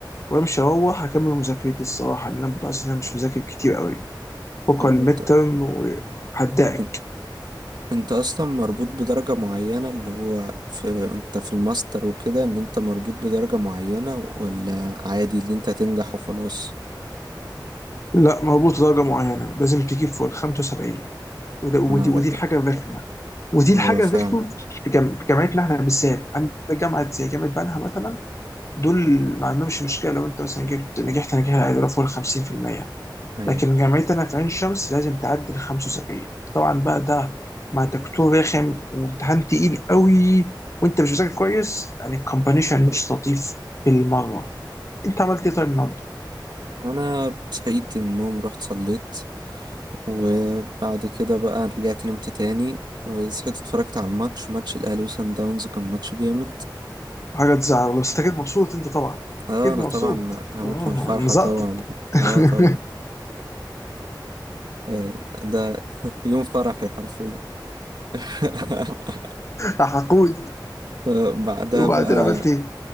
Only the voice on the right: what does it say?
طب
وانت
ان- انت اصلا مربوط بدرجة معينة اللي هو في انت في الماستر وكده ان انت مربوط بدرجة معينة ولا عادي ان انت تنجح وخلاص
انا
رأ...
اه
فاهم
ايوه
انا صحيت النوم رحت صليت وبعد كده بقى رجعت نمت تاني وصحيت اتفرجت على الماتش ماتش الاهلي وصن داونز كان ماتش جامد
اه
انا
طبعا هموت
من الفرحة
طبعا
اه طبعا آه، ده <laughs> يوم فرحي حرفيا <laughs>
آه، بعدها
بقى